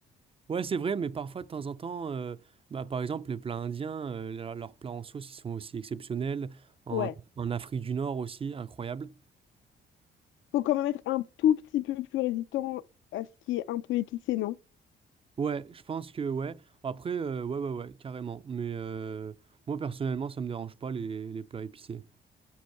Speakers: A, on the right (about 30°); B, on the left (about 75°).
A: Ouais, c'est vrai, mais parfois, de temps en temps, euh, bah, par exemple, les plats indiens, euh, leur- leurs plats en sauce, ils sont aussi exceptionnels. En,
B: Ouais.
A: en Afrique du Nord aussi, incroyable.
B: Faut quand même être un tout petit peu plus résistant à ce qui est un peu épicé, non?
A: Ouais, je pense que ouais. Après, euh, ouais, ouais, ouais, carrément. Mais euh, moi, personnellement, ça me dérange pas les, les plats épicés.